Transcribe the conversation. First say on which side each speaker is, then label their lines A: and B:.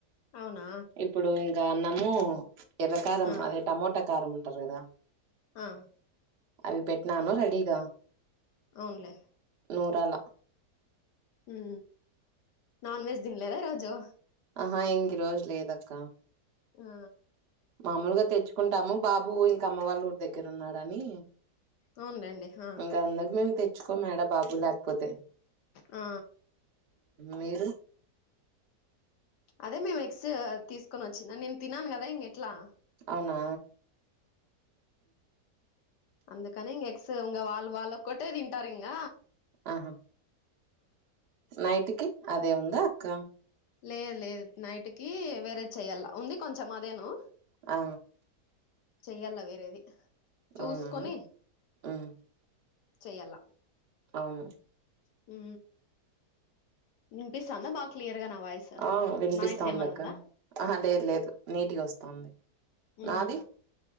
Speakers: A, on the left; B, on the right.
A: అవునా
B: ఇప్పుడు ఇంకా అన్నము ఎర్ర కారం
A: ఆ
B: అదే టమోటొ కారంమంటరు కదా
A: ఆ
B: అవి పెట్ నను రెడిగా
A: అవునులే
B: నూరాల
A: ఉ నాన్ వెజ్ తినలేదా ఈ రోజు
B: ఆహా ఇంక రోజు లేదక్క
A: ఆ
B: మాముూలుగా తెచ్చుకుంటాము బాబు ఇంక అమ్మ వాళ్ళు దగ్గర ఉన్నాడని
A: అవునులేండి ఆ
B: ఇంకా అందుకు మేము తెచ్ చ్చుకోమేడ బాబు లేకపోతే
A: ఆ
B: మీరు
A: అదే మేము ఎక్స్ట్ తీసుకొని వచ్చింన నేను తినను కదా ఇంక ఎట్లా
B: అవునా
A: అందుకనీ ఇంగ ఎక్స్ వాళ వాళ్ళ కొటే తింటారింగ
B: ఆహా నైట్కి అదే ఉందా అక్క
A: లేదు లేదు నైట్ కి వేరే చెయ్యాల ఉంది కొంచెం అదేను
B: ఆ
A: చెయ్యాల వేరేది చూసుకొని
B: అవునా ఉమ్
A: చెయ్యాల
B: అవును
A: ఉ వినిపిస్తంద <unintelligible> నా వయిస్
B: ఆ వినిపిస్తాంది
A: నాయిస్ ఏమన్నా
B: అక్క
A: ఉందా
B: ఆహా లేదు లేదు నీటిగా వస్తాంది
A: ఉ
B: నాది